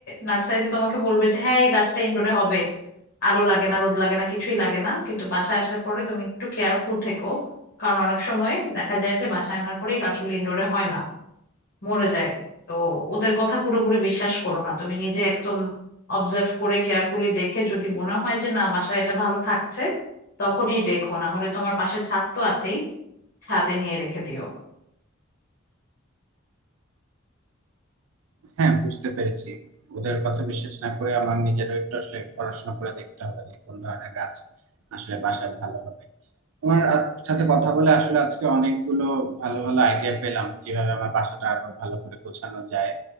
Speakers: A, on the left; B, on the right.
A: নার্সারিতে তোমাকে বলবে যে হ্যাঁ এই গাছটা ইনডোরে হবে আলো লাগে না রোদ লাগে না কিছুই লাগে না কিন্তু বাসায় আসার পরে তুমি একটু কেয়ারফুল থেকো কারণ অনেক সময় দেখা যায় যে বাসায় আনার পরে এই গাছগুলো ইনডোরে হয় না মরে যায় তো ওদের কথা পুরোপুরি বিশ্বাস করো না তুমি নিজে একদম অবজার্ভ করে কেয়ারফুলি দেখে যদি মনে হয় যে না বাসায় এটা ভালো থাকছে তখনই রেখো না হলে তোমার পাশে ছাদ তো আছেই ছাদে নিয়ে রেখে দিও
B: হ্যাঁ বুঝতে পেরেছি ওদের কথা বিশ্বাস না করে আমার নিজেরও একটু আসলে পড়াশোনা করে দেখতে হবে যে কোন ধরনের গাছ আসলে বাসায় ভালো হবে তোমার আ- সাথে কথা বলে আসলে আজকে অনেকগুলো ভালো ভালো আইডিয়া পেলাম কিভাবে আমার বাসাটা আরো ভালো করে গোছানো যায়